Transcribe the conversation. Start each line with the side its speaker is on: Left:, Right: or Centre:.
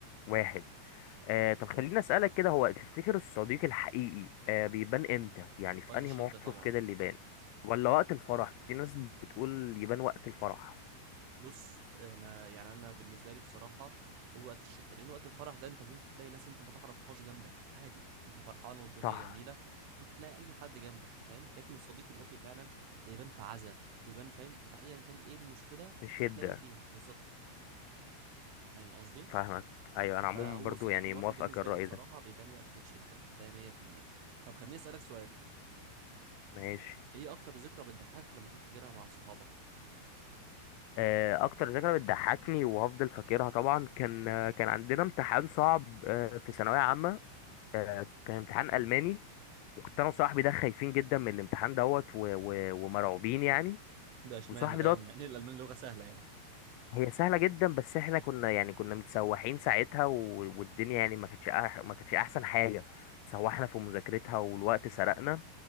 Left: واحد
Right: مم.
Left: آه طب خليني اسالك كده هو تفتكر الصديق الحقيقي آه بيبان امتى يعني في
Right: وقت
Left: انهي
Right: الشده
Left: موقف
Right: طبعا
Left: كده اللي يبان ولا وقت الفرح في ناس بتقول يبان وقت الفرح
Right: بص انا يعني انا بالنسبه لي بصراحه هو وقت الشده لان وقت الفرح ده انت ممكن تلاقي ناس انت ما تعرفهاش جنبك عادي انت فرحان والدنيا
Left: صح
Right: جميله ممكن تلاقي اي حد جنبك فاهم لكن الصديق الوفي فعلا يبان في عزا يبان فاهم فايا كان ايه المشكله
Left: مش
Right: هتلاقيه
Left: هدة
Right: فيها بالظبط فاهم قصدي
Left: فاهمك ايوه انا عموما
Right: فهو
Left: برضو
Right: صديق
Left: يعني
Right: الوفي
Left: موافقك
Right: بالنسبة
Left: الرأي
Right: لي بصراحة
Left: ده
Right: بيبان وقت الشدة ده 100% طب خليني أسألك سؤال
Left: ماشي
Right: إيه أكتر ذكرى بتضحكك لما تفتكرها مع صحابك؟
Left: آه اكتر ذكرى بتضحكني وهفضل فاكرها طبعا كان آه، كان عندنا امتحان صعب آه في ثانوية عامة آه كان امتحان ألماني وكنت انا وصاحبي ده خايفين جدا من الامتحان دوت و- و- ومرعوبين يعني
Right: ده اشمعنى
Left: وصاحبي
Right: ده
Left: دوت
Right: يعني مع ان الالمان لغه سهله يعني
Left: هي سهله جدا بس احنا كنا يعني كنا متسوحين ساعتها و- والدنيا يعني ما كانتش أح- ما كانتش احسن حاجه سوحنا في مذاكرتها والوقت سرقنا